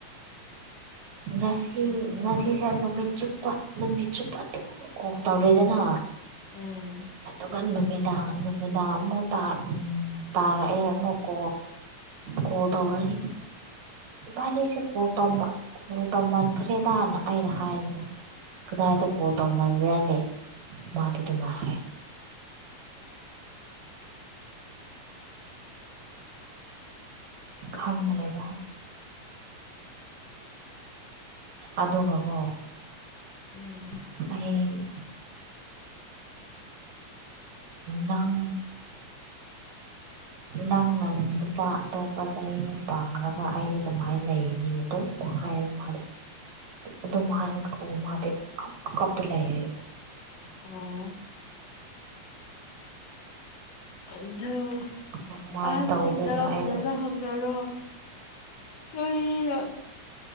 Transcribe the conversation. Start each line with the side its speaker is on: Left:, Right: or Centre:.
Right: ꯉꯁꯤ
Left: ꯎꯝ
Right: ꯉꯁꯤ ꯁꯤꯁꯦ ꯅꯨꯃꯤꯠ ꯆꯨꯞꯄ ꯅꯨꯃꯤꯠ ꯆꯨꯞꯄ ꯑꯗꯨꯝ ꯀꯣꯜ ꯇꯧꯔꯦꯗꯅ
Left: ꯎꯝ
Right: ꯑꯗꯨꯒ ꯅꯨꯃꯤꯗꯥꯡ ꯅꯨꯃꯤꯗꯥꯡ ꯑꯃꯨꯛ ꯇꯥ ꯇꯥꯔꯛꯑꯦ ꯑꯃꯨꯛꯀꯣ ꯀꯣꯜ ꯇꯧꯔꯅꯤ <unintelligible> ꯀꯣꯜ ꯇꯧꯃꯟꯈ꯭ꯔꯦꯗꯥꯅ ꯑꯩꯅ ꯍꯥꯏꯕꯗ ꯀꯗꯥꯏꯗ ꯀꯣꯜ ꯇꯧꯃꯟꯕ꯭ꯔꯥꯅꯦ ꯃꯥꯗꯤ ꯗꯨꯃꯥꯢ ꯍꯥꯏ ꯈꯪꯗ꯭ꯔꯦꯗ ꯑꯗꯨꯒꯀꯣ
Left: ꯎꯝ
Right: <unintelligible> ꯅꯪ ꯅꯪꯅ ꯅꯨꯄꯥ ꯑꯇꯣꯞꯄꯗ ꯌꯨꯝ ꯄꯥꯡꯈ꯭ꯔꯒ ꯑꯩꯗꯤ ꯀꯃꯥꯏꯅ ꯂꯩꯅꯤ ꯑꯗꯨꯝ ꯍꯥꯏ ꯃꯥ ꯑꯗꯨꯝ ꯍꯥꯏꯅ ꯃꯥꯗꯤ ꯀꯞ ꯀꯞꯇ ꯂꯩꯔ
Left: ꯑꯣ ꯑꯗꯨ
Right: ꯑꯗꯨꯃꯥꯏꯅ
Left: ꯑꯍꯟꯁꯤꯡꯗ
Right: ꯇꯧꯗꯣꯏꯅ ꯑꯩꯕꯨ
Left: ꯐꯖꯅ ꯍꯪꯅꯔꯣ <unintelligible>